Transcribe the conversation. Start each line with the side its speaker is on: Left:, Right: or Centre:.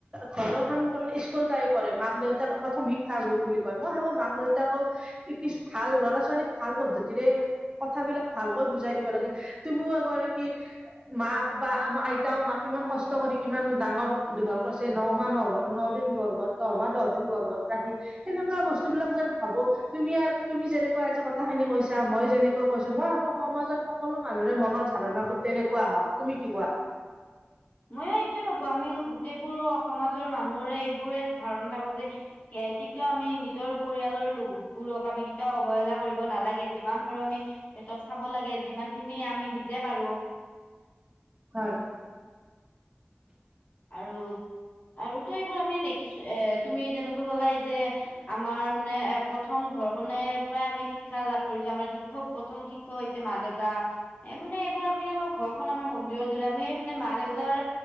Right: ঘৰো এখন তাৰমানে স্কুল টাই পঢ় মাক দেউতাক প্ৰথম শিক্ষ শিক্ষা গুৰু বুলি কয় মই ভাবো মাক দেউতাকক। কিছু ভাল ল'ৰা ছোৱালীক ভাল পদ্ধতিৰে কথাবিলাক ভালকৈ বুজাই দিব লাগে। তুমিও এগৰাকী মাক বা আমাৰ আইতাও মাক ইমান কষ্ট কৰি কিমান ডাঙৰ দীঘল কৰিছে ন মাহ হ'ব ন দিন গৰ্ভত দহমা দহ দিন গৰ্ভত ৰাখি সেনেকুৱা বস্তু বিলাক যেন ভাবো। তুমি, তুমি যেনেকৈ আজি কথা খিনি কৈছা মই যেনেকৈ কৈছো মই ভাবো সমাজত সকলো মানুহৰে মনৰ ধাৰণাবোৰ তেনেকুৱা হওক তুমি কি কোৱা?
Left: মই এইটোয়ে ভাবো আমি গোটেইবোৰ সমাজৰ মানুহৰে এইবোৰে ধাৰণা থাকক যে কেতিয়াও আমি নিজৰ পৰিয়ালৰ বোৰক আমি কেতিয়াও অৱহেলা কৰিব নালাগে যে যিমান পাৰো আমি সিহঁতক চাব লাগে যিমান খিনি আমি নিজে পাৰো।
Right: হয়।
Left: আৰু আৰুতো এইবোৰ আমি দেখিছো এ তুমি যেনেকৈ কলা এইযে আমাৰ মানে, এ প্ৰথম ঘৰখনেনৰ পৰাই আমি শিক্ষা লাভ কৰিছো আমাৰ শিক্ষা। শিক্ষক প্ৰথম শিক্ষক হৈছে মা দেউতা, এ মানে এইবোৰ আমি আৰু ঘৰখন আমাৰ মন্দিৰৰ দৰে আমি, মানে মা দেউতাৰ